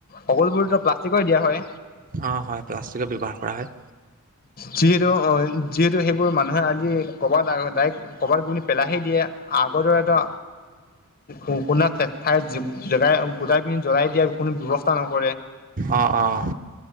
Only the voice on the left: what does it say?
সকলোবোৰতো প্লাষ্টিকৰে দিয়া হয়।
যিহেতু অ যিহেতু সেইবোৰ মানুহে আজি কৰবাত ড কবাত কি পেলাহে দিয়ে আগৰ দৰে এটা উ কোনোন ঠাইৰ জেগাই গোটাই পিনি জ্বলাই দিয়া কোনো ব্যৱস্থা নক